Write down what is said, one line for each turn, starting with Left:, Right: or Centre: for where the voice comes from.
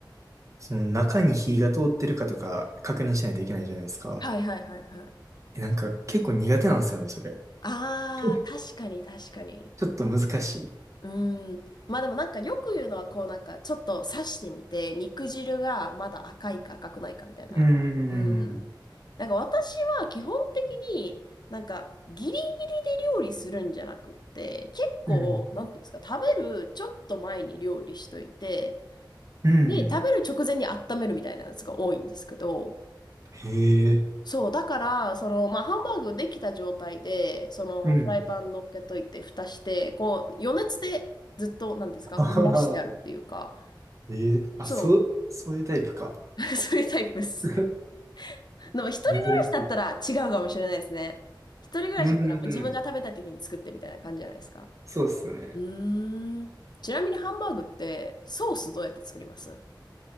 Right: その中に火が通ってるかとか確認しないといけないじゃないですか。
Left: はいはいはいはい。
Right: え、なんか結構苦手なんですよね、それ。
Left: ああ、
Right: <laughs>
Left: 確かに確かに。
Right: ちょっと難しい。
Left: うーん。まあでもなんかよく言うのはこうなんかちょっと刺してみて肉汁がまだ赤いか赤くないかみたいな。
Right: <laughs> うーん。
Left: うーん。なんか私は基本的になんか義理で料理するんじゃなくって結構なんていうんですか食べるちょっと前に料理しといて
Right: うん。うん。
Left: で食べる直前に温めるみたいなやつが多いんですけど
Right: へえ。
Left: そう、だから、その、まあ、ハンバーグできた状態で、その、
Right: うん。
Left: フライパン乗っけといて、蓋して、こう、余熱でずっと、なんていうんですか、
Right: <laughs> あはは。
Left: 蒸らしてあるっていうか、
Right: ええ。あ、
Left: そ
Right: そう、そういうタイプか。
Left: う、<laughs> そういうタイプです。
Right: <laughs>
Left: <laughs> でも、一人暮らしだったら違うかもしれないですね。
Right: 珍しい。
Left: 一人暮らしだったら、
Right: うーん。
Left: もう自分が食べたい時に作ってみたいな感じじゃないですか。
Right: そうっすね。
Left: うーん。ちなみに、ハンバーグって、ソースどうやって作ります